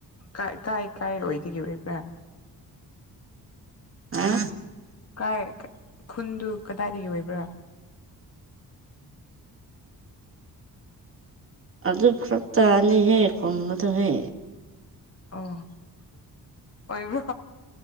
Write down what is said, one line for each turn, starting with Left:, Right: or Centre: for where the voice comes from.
Left: ꯀꯥꯏ ꯀꯥꯏ ꯑꯣꯏꯗꯒ ꯑꯣꯏꯕ꯭ꯔꯥ
Right: ꯍꯥ
Left: ꯀꯥꯏ ꯈꯨꯟꯗꯨ ꯀꯗꯥꯏꯗꯒꯤ ꯑꯣꯏꯕ꯭ꯔꯥ
Right: ꯑꯗꯨ ꯐꯔꯛ ꯇꯥꯅꯤꯍꯦ ꯈꯨꯝꯕꯗꯣꯍꯦ
Left: ꯑꯣ ꯑꯣꯏꯕ꯭ꯔꯣ